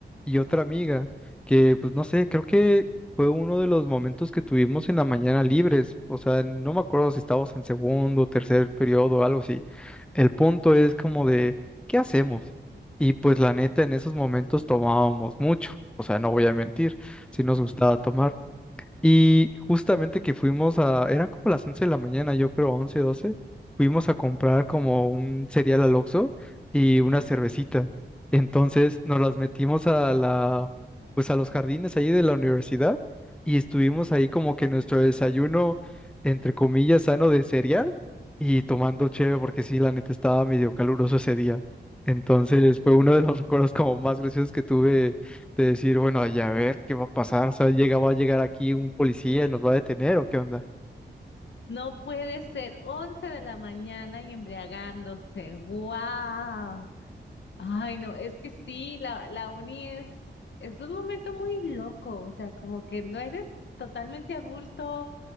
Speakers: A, in the centre; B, on the left.
A: y otra amiga que, pues no sé, creo que fue uno de los momentos que tuvimos en la mañana libres, o sea, no me acuerdo si estábamos en segundo, tercer periodo o algo así. El punto es como de, ¿qué hacemos? Y pues la neta, en esos momentos tomábamos mucho, o sea, no voy a mentir, si nos gustaba tomar. Y justamente que fuimos a, eran como las 11 de la mañana, yo creo once doce fuimos a comprar como un cereal al Oxxo y una cervecita. Entonces nos las metimos a la, pues a los jardines ahí de la universidad y estuvimos ahí como que nuestro desayuno, entre comillas, sano de cereal y tomando cheve porque sí, la neta estaba medio caluroso ese día. Entonces fue uno de los recuerdos como más graciosos que tuve de decir, bueno, ya a ver qué va a pasar, o sea, llega, va a llegar aquí un policía y nos va a detener o qué onda.
B: No puede ser, 11 de la mañana y embriagándose, wow. Ay, no, es que sí, la, la uni es, es un momento muy loco, o sea, como que no eres totalmente adulto,